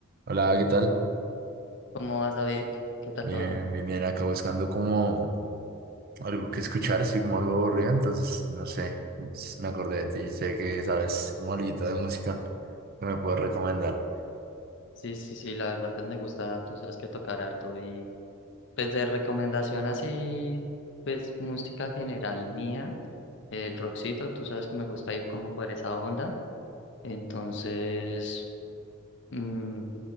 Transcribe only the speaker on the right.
Hola, ¿qué tal?
Bien,
bien, bien. Acá buscando como algo que escuchar, estoy como algo aburrido, entonces no sé, s- me acordé de ti, sé que sabes como algo de música que me puedes recomendar.